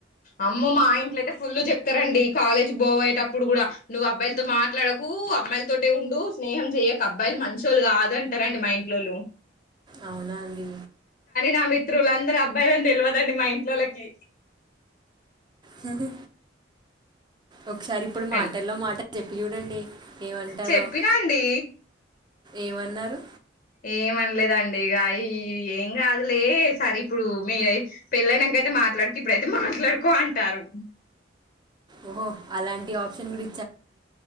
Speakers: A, on the left; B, on the right.
A: అమ్మో మా ఇంట్లయితే ఫుల్ చెప్తారండి. కాలేజ్ పోయేటప్పుడు కూడా నువ్వు అబ్బాయిలతో మాట్లాడకు అమ్మాయిలతోటే ఉండు స్నేహం చెయ్యక అబ్బాయిలు మంచోళ్ళ కాదంటారండి మా ఇంట్లోల్లు
B: అవునా అండి
A: నా మిత్రులందరూ అబ్బాయిలని తెల్వదండి మా ఇంట్లోలకి
B: సరే ఒకసారి ఇప్పుడు
A: అల్-
B: మాటల్లో మాట చెప్పి చూడండి ఏమంటారో
A: చెప్పినా అండి
B: ఏమన్నారు.
A: ఏమన్లేదండి ఇగ ఈ ఏం కాదులే సరే ఇప్పుడు మీర్ పెళ్లైనంకయితే మాట్లాడకు ఇప్పుడైతే మాట్లాడుకో అంటారు.
B: ఓహో అలాంటి ఆప్షన్ గుడ